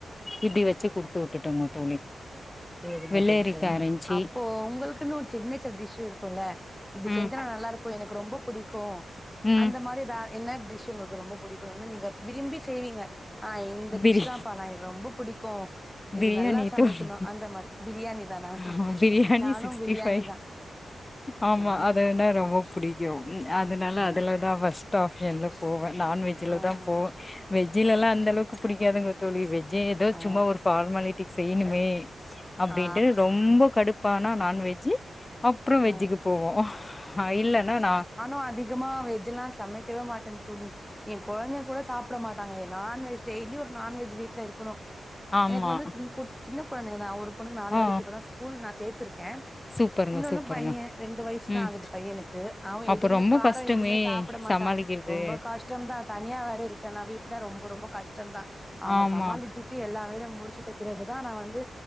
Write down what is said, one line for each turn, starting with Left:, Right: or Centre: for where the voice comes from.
Left: இப்டி வச்சு குடுத்து விட்டுட்டோங்க தோழி
Centre: சேரிங்க
Left: வெள்ளரிக்கா
Centre: தோழி சேரி
Left: இருந்ச்சு
Centre: அப்போ உங்களுக்குன்னு ஒரு சிக்னேச்சர் டிஷ் இருக்கும்ல இது
Left: ம்
Centre: செஞ்சா நல்லா இருக்கு எனக்கு ரொம்ப புடிக்கு
Left: ம்
Centre: அந்த மாரி எதா என்ன டிஷ் உங்களுக்கு ரொம்ப புடிக்கு என்ன நீங்க விரும்பி செய்வீங்க ஆ இந்த
Left: பிரி
Centre: டிஷ் தாம்பா நா எனக்கு ரொம்ப புடிக்கு இது
Left: பிரியாணி
Centre: நல்லா சமைக்
Left: தோழி
Centre: க்குனு அந்த மாரி பிரியாணி தானா
Left: ஆமா பிரியாணி
Centre: நானு
Left: சிக்ஸ்டி
Centre: பிரியாணி
Left: ஃபைவ்
Centre: தா
Left: ஆமா
Centre: நானு
Left: அதுனா ரொம்ப புடிக்கு அதுனால
Centre: ஆ
Left: அதுலதா ஃபஸ்ட் ட்டா ஆஃப் எண்டுல போவே எண்டுல போவே நான்வெஜிலதா
Centre: ஆமா
Left: போவே வெஜிலல்லா அந்த அளவுக்கு புடிக்காதுங்க வெஜ் ஏதோ
Centre: ஆ
Left: சும்மா ஒரு ஃபார்மாலிட்டி செய்யணுமே அப்டின்ட்டு
Centre: ஆ
Left: ரொம்போ கடுப்பு இப்ப ஆனா நான்வெஜி அப்றோ
Centre: ஆ
Left: வெஜிக்கு போவோ ஆ இல்லன்னா
Centre: நா அதிகமா வெஜில்லா சமைக்கவே மாட்டேன் தோழி ஏ கொழந்த கூட சாப்ட மாட்டாங்க எ நான்வெஜ் டெய்லி ஒரு நான்வெஜ் வீட்ல இருக்கணு
Left: ஆமா
Centre: எனக்கு வந்து கு சின்ன கொழந்தைங்க தா ஒரு பொண்ணுக்கு நாலு
Left: ஆ
Centre: வயசு இப்பதா ஸ்கூல் நா சேத்திருக்கே
Left: சூப்பருங்க
Centre: இன்னொன்னு
Left: சூப்பருங்க
Centre: பைய ரெண்டு வயசுதா
Left: ம்
Centre: ஆகுது பையனுக்கு அவ
Left: அப்ப
Centre: எதுவுமே
Left: ரொம்ப
Centre: காரமே
Left: கஷ்டமே
Centre: எதுவுமே சாப்ட மாட்டா
Left: சமாளிக்கிறது
Centre: ரொம்ப கஷ்டோ தா தனியா வேற இருக்கேனா வீட்ல ரொம்ப ரொம்ப கஷ்டோ தா அவங்கல
Left: ஆமா
Centre: சமாளிச்சி சி எல்லா வேலையு முடிச்சிட்ட பிறகுதா நா வந்து